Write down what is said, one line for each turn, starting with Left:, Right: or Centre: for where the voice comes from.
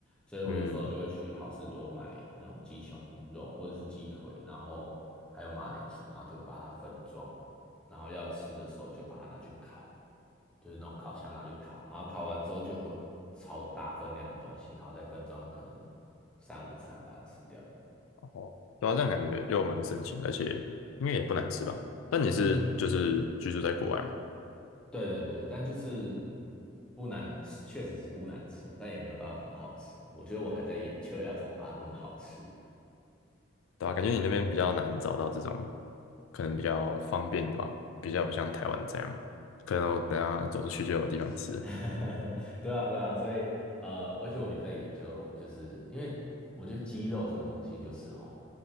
Centre: 所以我有时候就会去好事多买那种鸡胸肉或者是鸡腿，
Left: 嗯，
Centre: 然后还有马铃薯，然后就把它分装，然后要吃的时候就把它拿去烤，就是那种烤箱拿去烤，然后烤完之后就会有超大分量的东西，然后再分装可能三五餐把它吃掉这样。
Left: 哦，对啊，这样感觉又蛮省钱，而且应该也不难吃吧？但你是就是居住在国外嘛，
Centre: 嗯，对对对对，但就是不难吃，确实是不难吃的，但也没有到很好吃。我觉得我还在研究要怎么把它弄得好吃。
Left: 对吧？感觉你那边比较难找到这种，可能比较方便，对吧？比较不像台湾这样，可能我等下走出去就有地方吃
Centre: <laughs> 对啊，对啊，所以呃，而且我一直在研究，就是因为我觉得鸡肉这个东西就是吼，